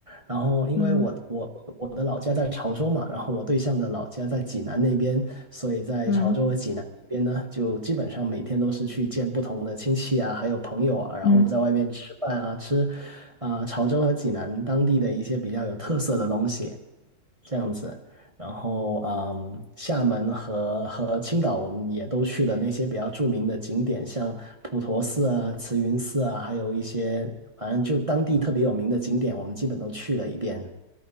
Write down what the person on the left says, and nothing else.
嗯
嗯
嗯